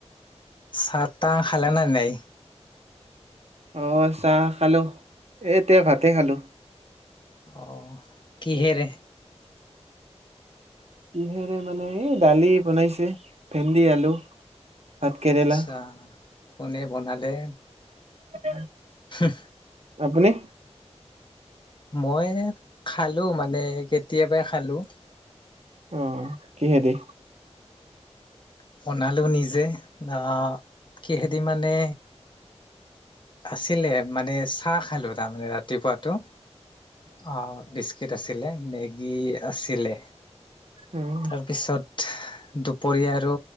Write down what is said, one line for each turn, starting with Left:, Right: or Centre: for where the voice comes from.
Left: চাহ তাহ খালে নে নাই?
Right: অ চাহ খালো এতিয়া ভাতে খালো
Left: অ কিহেৰে?
Right: কিহেৰে মানে এই দালি বনাইছে ভেন্দি, আলু, ভাত কেৰেলা
Left: আচছা কোনে বনালে?
Right: উ <unintelligible>
Left: হুহ
Right: আপুনি,
Left: মই খালো মানে কেতিয়াবাই খালো ।
Right: অ কিহেদি?
Left: বনালো নিজে অ কিহেদি মানে, আছিলে মানে চাহ খালো তাৰমানে ৰাতিপুৱাতো অ দিছ আছিলে মেগী আছিলে
Right: উম
Left: তাৰপিছত দুপৰীয়া আৰু